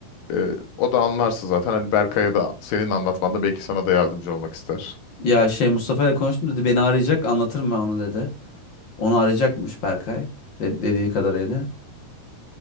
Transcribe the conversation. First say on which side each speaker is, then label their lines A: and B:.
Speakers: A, on the left; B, on the left.
A: Ee, o da anlarsa zaten hani Berkay'a da senin anlatmanda belki sana da yardımcı olmak ister.
B: Ya şey Mustafa ile konuştum dedi beni arayacak anlatırım ben onu dedi. Onu arayacakmış Berkay de- dediği kadarıyla.